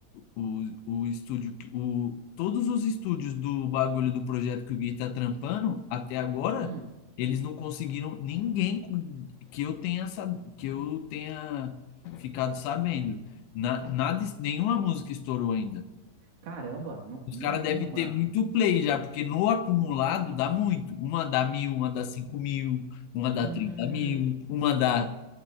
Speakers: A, on the left; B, on the right.
A: o, o, o estúdio, que- o, todos os estúdios do bagulho do projeto que o Gui tá trampando, até agora,
B: Hum,
A: eles não conseguiram ninguém com- que eu tenha, sab- que eu tenha ficado sabendo. Na, nada, nenhuma música estourou ainda.
B: caramba, não-
A: Os
B: nenhuma.
A: caras devem ter muito play já, porque no acumulado dá muito. Uma dá mil, uma dá cinco mil, uma dá
B: Hum,
A: trinta mil, uma dá